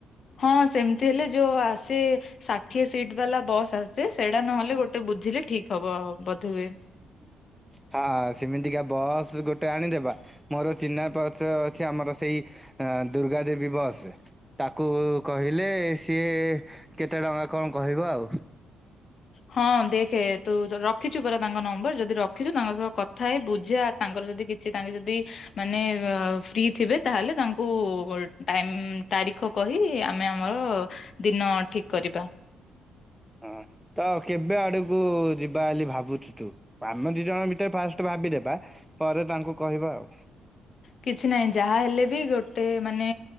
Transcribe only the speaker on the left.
ହଁ ସେମିତି ହେଲେ ଯୋଉ ଆସେ ଷାଠିଏ ସିଟ ବାଲା ବସ୍ ଆସେ ସେଇଟା ନହେଲେ ଗୋଟେ ବୁଝିଲେ ଠିକ। ହବ ବଧ ହୁଏ।
ହଁ ଦେଖେ ତୁ ରଖିଛୁ ପରା ତାଙ୍କ ନମ୍ବର ଯଦି ରଖିଛୁ। ତାଙ୍କ ସହ କଥା ହେଇ ବୁଝା ତାଙ୍କର ଯଦି କି ତାଙ୍କେ ଯଦି ମାନେ ଫ୍ରି ଥିବେ। ତାହେଲେ ତାଙ୍କୁ ଟାଇମ୍ ତାରିଖ କହି ଆମେ ଆମର ଦିନ ଠିକ କରିବା।
କିଛି ନାହିଁ ଯାହା ହେଲେ ବି ଗୋଟେ ମାନେ